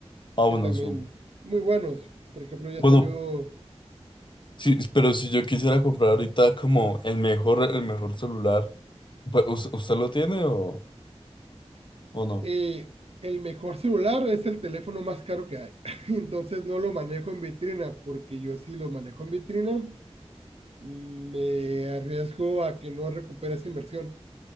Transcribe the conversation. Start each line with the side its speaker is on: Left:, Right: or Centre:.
Left: Ah,
Right: que
Left: bueno,
Right: también
Left: su-
Right: muy buenos. Por ejemplo, ya
Left: Bueno,
Right: salió
Left: sí, pero si yo quisiera comprar ahorita como el mejor, el mejor celular, pues, ¿us- ¿usted lo tiene o, o no?
Right: eh, el mejor celular es el teléfono más caro que hay. <laughs> Entonces no lo manejo en vitrina porque yo sí lo manejo en vitrina me arriesgo a que no recupere esa inversión.